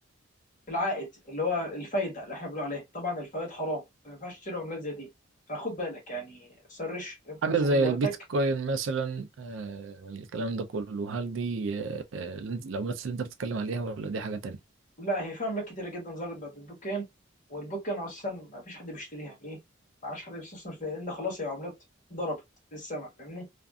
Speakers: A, on the left; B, on the right.
A: بالعائد اللي هو الفايدة اللي احنا بنقول عليها طبعا الفوائد حرام ما ينفعش تشتري عملات زي دي فخد بالك يعني سرش ابحث
B: حاجة زي
A: خد وقتك
B: البيتكوين مثلا آه، الكلام ده كله هل دي آه، آه، العملات اللي انت بتتكلم عليها ولا دي حاجة تانية
A: لا هي في عملات كتيرة جدا ظهرت بعد البوكين والبوكين أصلا ما فيش حد بيشتريها ليه؟ ما عادش حد بيستثمر فيها لأن خلاص هي عملات ضربت في السما فاهمني؟